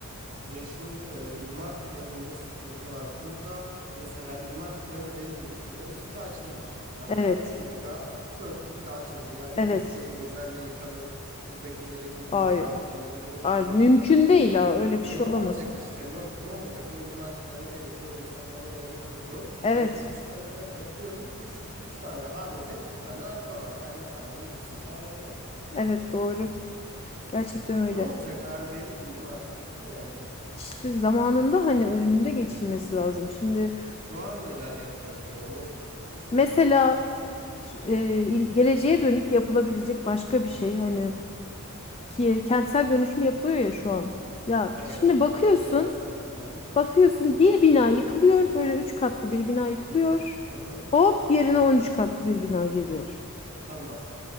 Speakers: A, on the right (about 35°); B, on the left (about 25°).
A: Ya şimdi e, imar planında sıkıntı var. Burada mesela imar planı verilmiş. E bu site açılmış. Hani
B: Evet,
A: a, iki iki daha dört bitti açıldı. Yani
B: evet.
A: bu siteyi dozerle yıkalım. Buradakilere gidin
B: Hayır.
A: ya artık yeni ev
B: Hayır,
A: bulun.
B: mümkün değil
A: Bur-
B: ha. Öyle bir şey
A: e ne olacak
B: olamaz.
A: işte? Ne, ne olacak? O imar planı verildi. O insanlar oraya oturdu.
B: Evet,
A: Hani bir buçuk arabaya katılıyorum. Üç, üç tane hanede iki tane araba var. Her üç hanenin ikisinde araba var.
B: evet doğru. Gerçekten öyle.
A: Ne olacak? Ar verildi imar. Bitti yani.
B: İşte zamanında hani önünde geçilmesi lazım. Şimdi
A: Şu an neler yapılabilir onu düşünelim.
B: mesela ş- e, il- geleceğe dönük yapılabilecek başka bir şey hani ki kentsel dönüşüm yapılıyor ya şu an. Ya
A: Evet.
B: şimdi
A: Fikirtepe
B: bakıyorsun,
A: vesaire. Hı hı.
B: bakıyorsun bir bina yıkılıyor, böyle üç katlı bir bina yıkılıyor.
A: Hı hı.
B: Hop yerine 13 katlı bir bina geliyor.
A: Tamam.